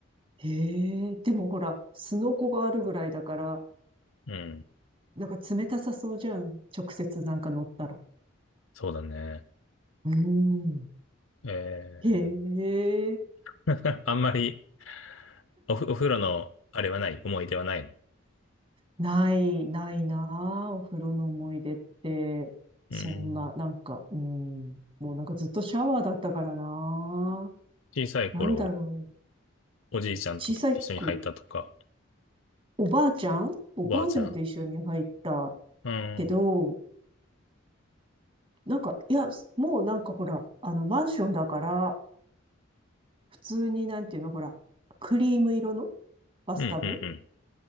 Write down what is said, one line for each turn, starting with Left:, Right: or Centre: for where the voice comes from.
Right: へえ。でもほら、すのこがあるぐらいだから、
Left: うん。
Right: なんか冷たさそうじゃん。直接なんか乗ったら。
Left: そうだね。
Right: うーん。
Left: え
Right: へえ。
Left: ー、<laughs> あんまりおふ、お風呂のあれはない。思い出はないの。
Right: ない、ないなあ、お風呂の思い出って。
Left: うん。
Right: そんな、なんか、うん。もうなんかずっとシャワーだったからな
Left: 小さい頃、
Right: あ。なんだろう。
Left: おじいちゃんと一緒に履いたとか、
Right: 小さく、おばあちゃんおばあちゃんと一緒に入った
Left: おばあちゃん。うん。
Right: けど、なんか、いや、もうなんかほら、あの、マンションだから、普通になんていうの、ほら、クリーム色のバスタブ
Left: うん、うん、